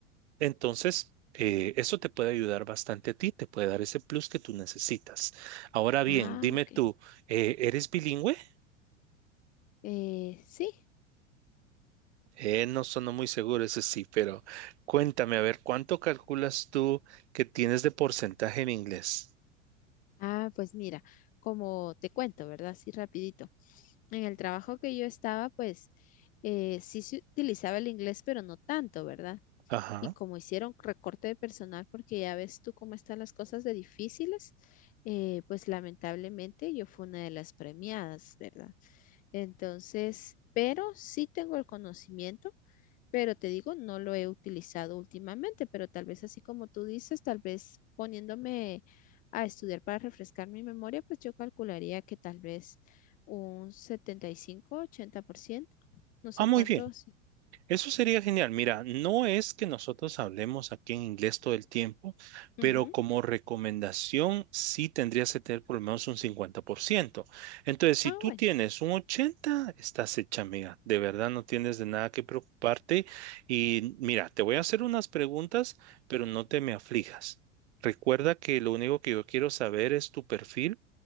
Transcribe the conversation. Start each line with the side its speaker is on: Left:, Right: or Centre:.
Right: Entonces, eh, eso te puede ayudar bastante a ti, te puede dar ese plus que tú necesitas. Ahora bien,
Left: Ah,
Right: dime
Left: ok.
Right: tú, eh, ¿eres bilingüe?
Left: Eh, sí.
Right: Eh, no sonó muy seguro, eso sí, pero cuéntame, a ver, ¿cuánto calculas tú que tienes de porcentaje en inglés?
Left: Ah, pues mira, como te cuento, ¿verdad? Así rapidito. En el trabajo que yo estaba, pues eh, sí se utilizaba el inglés, pero no tanto, ¿verdad?
Right: Ajá.
Left: y como hicieron recorte de personal, porque ya ves tú cómo están las cosas de difíciles, eh, pues lamentablemente yo fui una de las premiadas, ¿verdad? Entonces, pero sí tengo el conocimiento, pero te digo, no lo he utilizado últimamente, pero tal vez así como tú dices, tal vez poniéndome a estudiar para refrescar mi memoria, pues yo calcularía que tal vez un setenta y cinco ochenta por ciento no sé
Right: Ah, muy
Left: cuántos.
Right: bien. Eso sería genial. Mira, no es que nosotros hablemos aquí en inglés todo el tiempo, pero
Left: Ujú.
Right: como recomendación sí tendrías que tener por lo menos un 50%. Entonces, si
Left: Ah,
Right: tú
Left: bueno.
Right: tienes un 80, estás hecha, amiga. De verdad, no tienes de nada que preocuparte. Y mira, te voy a hacer unas preguntas, pero no te me aflijas. Recuerda que lo único que yo quiero saber es tu perfil